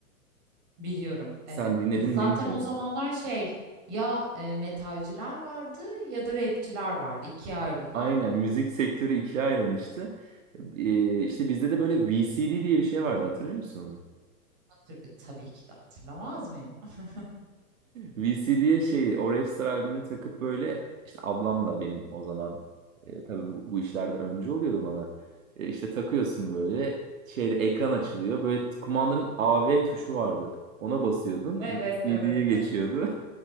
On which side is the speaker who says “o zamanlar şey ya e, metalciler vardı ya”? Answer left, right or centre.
Right